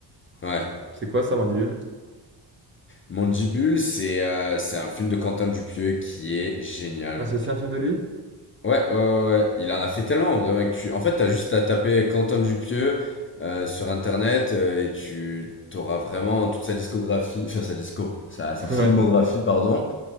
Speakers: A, on the left (about 25°); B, on the right (about 25°).
A: Ouais.
B: c'est quoi ça, Mandibule?
A: Mandibule, c'est euh, c'est un film de Quentin Dupieux qui est génial,
B: Ah, c'est
A: mec.
B: aussi un film de lui?
A: Ouais, ouais, ouais, ouais. il en a fait tellement en vrai, mec. Tu... En fait, t'as juste à taper Quentin Dupieux euh, sur internet euh, et tu t'auras vraiment toute sa discographie, enfin sa disco, sa,
B: <laughs>
A: sa filmographie,
B: Ouais.
A: pardon.